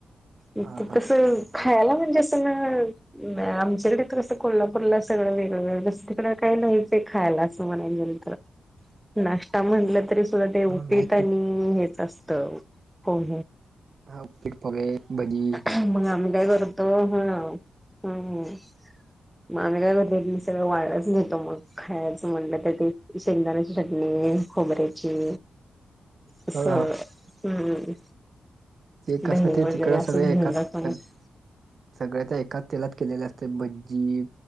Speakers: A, in the centre; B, on the right.
A: एक
B: हा
A: तर कसं खायला म्हणजे असं ना नाही. आमच्याकडे तर कसं कोल्हापूरला सगळं वेगळं, वेगळंसं. तिकडं काही नाहीच आहे खायला असं म्हणायला गेलं तर <inaudible> नाष्टा म्हणलं तरी सुद्धा
B: हा
A: ते उपीट
B: नाही
A: आणि हेच असत. कोण
B: हा पेटकुले, म्हनी
A: नाही मग आम्ही काय करतो? हा, हम् <unintelligible> सगळं वायाच नेतं मग, खायचं म्हणलं तरी शेंगदाण्याची चटणी खोबरे चे
B: हा
A: असं हम्म
B: ते कसं
A: दही
B: ते
A: वगैरे
B: तिकड
A: असं
B: ते सगळे
A: घेऊन
B: एकात
A: जातो मग
B: सगळे त्या एकाच तेलात केलेले असते. भज्जी